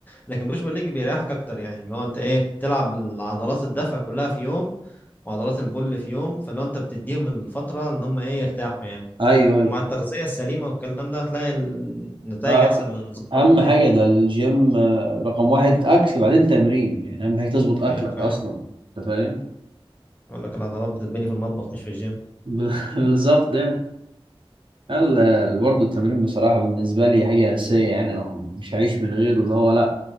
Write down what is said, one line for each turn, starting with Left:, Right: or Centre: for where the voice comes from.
Left: لكن بوش بول ليج بيريحك اكتر يعني لو انت ايه بتلعب العضلات الدفع كلها في يوم وعضلات البول في يوم فلو انت بتديهم الفترة ان هم ايه يرتاحوا يعني
Right: ايوه ايوه
Left: ومع التغذية السليمة والكلام ده هتلاقي النتائج
Right: ما-
Left: أحسن من نظام
Right: اهم
Left: برضه دي
Right: حاجه ده الجيم آه، رقم واحد اكل بعدين تمرين يعني اهم حاجه تظبط اكلك
Left: أيوة فعلا
Right: اصلا انت فاهم
Left: يقول لك العضلات بتتبني في المطبخ مش في الجيم
Right: <laughs> بالظبط يعني يلا برضه التمرين بصراحة بالنسبة لي حاجة أساسية يعني أنا مش هعيش من غيره اللي هو لأ